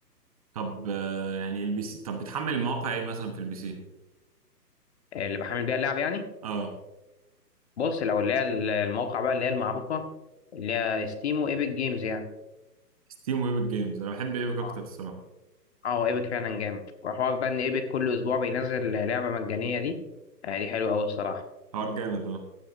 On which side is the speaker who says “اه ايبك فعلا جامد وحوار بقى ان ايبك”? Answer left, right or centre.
Left